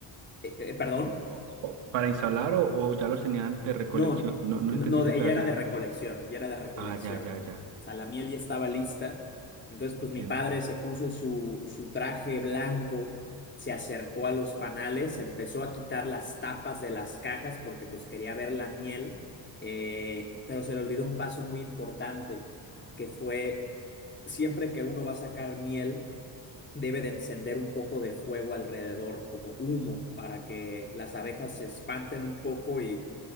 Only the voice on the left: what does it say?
eh, perdón.
No,
no,
no,
ella
era de recolección, ya era de recolección,
¿no? O
sea, la miel ya estaba lista. Entonces,
pues mi padre se puso su, su traje blanco, se acercó a los panales, empezó a quitar las tapas de las cajas porque pues quería ver la miel, eh, pero se le olvidó un paso muy importante, que fue siempre que uno va a sacar miel, debe de encender un poco de fuego alrededor, como humo, para que las abejas se espanten un poco y,